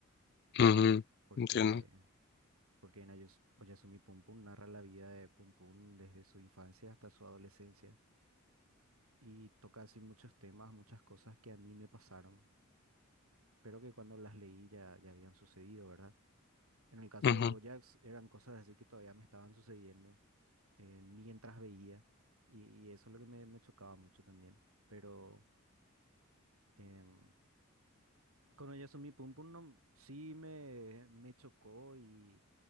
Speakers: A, on the left; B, on the right.
A: ujú,
B: Porque,
A: entiendo.
B: porque en Oyas- Oyasumi Pon Pon narra la vida de Pum Pum desde su infancia hasta su adolescencia y toca así muchos temas, muchas cosas que a mí me pasaron, pero que cuando las leí ya, ya habían sucedido, ¿verdad? En el caso
A: ujú,
B: de BoJack eran cosas así que todavía me estaban sucediendo eh, mientras veía y, y eso es lo que me, me chocaba mucho también. Pero em, con Oyasumi Pum Pum no, sí me, me chocó y